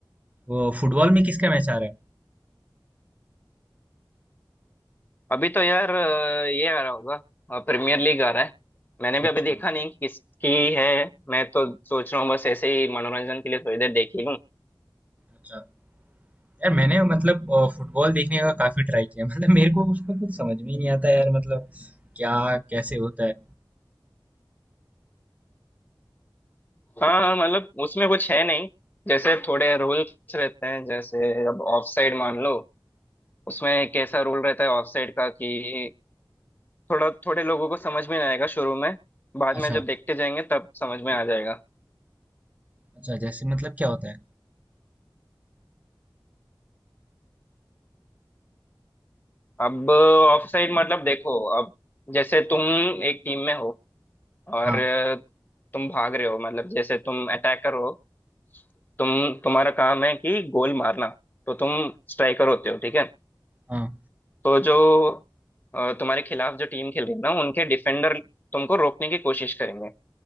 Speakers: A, on the right; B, on the left.
A: वो फुटबॉल में किसका मैच आ रहा है
B: अभी तो यार अ, ये आ रहा होगा प्रीमियर लीग आ रहा है मैंने भी
A: अच्छा
B: अभी देखा नहीं कि किसकी है मैं तो सोच रहा हूँ बस ऐसे ही मनोरंजन के लिए थोड़ी देर देख ही लूँ
A: अच्छा यार मैंने मतलब अ, फुटबॉल देखने का काफी ट्राई किया <laughs> मतलब मेरे को उसका कुछ समझ में ही नहीं आता यार मतलब क्या कैसे होता है
B: हाँ हाँ, मतलब उसमें कुछ है नहीं जैसे थोड़े रूल्स रहते हैं जैसे अब ऑफ साइड मान लो उसमें एक ऐसा रूल रहता है ऑफ साइड का कि थोड़ा थोड़े लोगों को समझ में नहीं आएगा शुरू में बाद
A: अच्छा
B: में जब देखते जाएंगे तब समझ में आ जाएगा
A: अच्छा जैसे मतलब क्या होता है
B: अब ऑफ साइड मतलब देखो अब जैसे तुम एक टीम में हो और
A: हाँ
B: तुम भाग रहे हो मतलब जैसे तुम अटैकर हो तुम तुम्हारा काम है कि गोल मारना तो तुम स्ट्राइकर होते हो ठीक है
A: हाँ
B: तो जो अ, तुम्हारे खिलाफ जो टीम खेल रही है ना उनके डिफेंडर तुमको रोकने की कोशिश करेंगे